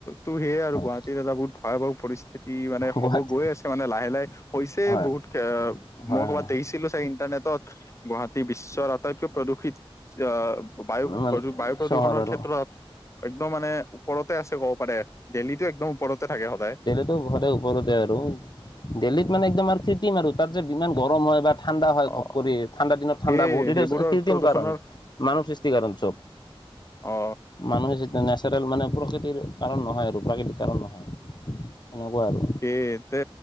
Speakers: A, on the left; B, on the left.
A: টো সেয়ে আৰু
B: হয়
A: গুৱাহাটীত এটা বহুত ভয়াৱহ পৰিস্থিতি মানে হব
B: গুৱাহাটী
A: গৈ আছে। মানে লাহে লাহে হৈছে
B: হয়
A: বহুত
B: হয় হয়
A: মই ক'ৰবাত
B: হয়
A: দেখিছিলো চাই ইন্টাৰনেটত। গুৱাহাটী বিশ্বৰ আটাইতকৈ প্ৰদূষিত আহ। বায়ু
B: মানে
A: প্ৰ বায়ু প্ৰদূষণৰ
B: চহৰ আৰু
A: ক্ষেত্ৰত। একদম মানে ওপৰতে আছে ক'ব পাৰে দেলহিটো একদম ওপৰতে থাকে সদায়।
B: সতে ওপৰতে আৰু দেল্লীত মানে একদম আৰু কৃত্ৰিম আৰু তাত যে ইমান গৰম হয় বা। ঠাণ্ডা হয়
A: অ
B: ঘপ কৰি ঠাণ্ডা দিনত ঠাণ্ডা
A: সেয়ে
B: বহুত এটো
A: সেইবোৰৰ
B: কৃত্ৰিম
A: প্ৰদূষণৰ
B: কাৰণ মানুহ সৃষ্টি। অঞ্চল।
A: অ
B: মানুহে যেতিয়া নেচাৰেল মানে প্ৰকৃতিৰ কাৰণ নহয় আৰু প্ৰাকৃতিক কাৰণ নহয় সেনেকুৱা আৰু।
A: এ তে